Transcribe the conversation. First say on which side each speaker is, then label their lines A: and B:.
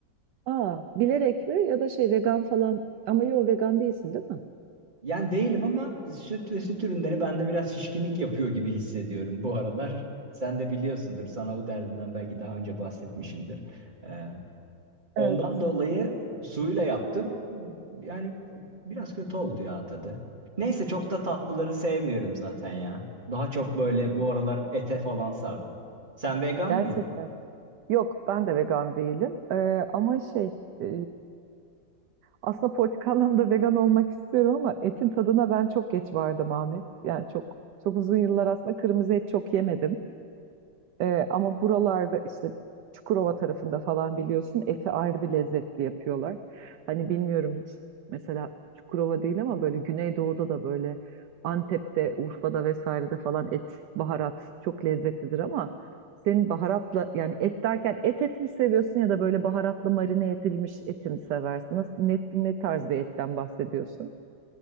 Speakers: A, on the right; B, on the right.
A: aa, bilerek mi ya da şey vegan falan ama yo vegan değilsin değil mi?
B: Yani değilim ama süt ve süt ürünleri bende biraz şişkinlik yapıyor gibi hissediyorum bu aralar. Sen de biliyorsundur. Sana bu derdinden belki daha önce bahsetmişimdir. Ee, Ondan
A: Evet,
B: dolayı suyla yaptım. Yani biraz kötü oldu ya tadı. Neyse çok da tatlıları sevmiyorum zaten ya. Daha çok böyle bu aralar ete falan sardım. Sen vegan
A: gerçekten.
B: mıydın?
A: Yok, ben de vegan değilim. Ee, ama şey, e, aslında politik anlamda vegan olmak istiyorum ama etin tadına ben çok geç vardım Ahmet. Yani çok çok uzun yıllar aslında kırmızı et çok yemedim. Ee, ama buralarda işte Çukurova tarafında falan biliyorsun eti ayrı bir lezzetli yapıyorlar. Hani bilmiyorum hiç mesela Çukurova değil ama böyle Güneydoğu'da da böyle Antep'te, Urfa'da vesairede falan et, baharat çok lezzetlidir ama senin baharatla yani et derken et et mi seviyorsun ya da böyle baharatla marine edilmiş eti mi seversin? Nasıl, ne, ne tarz bir etten bahsediyorsun?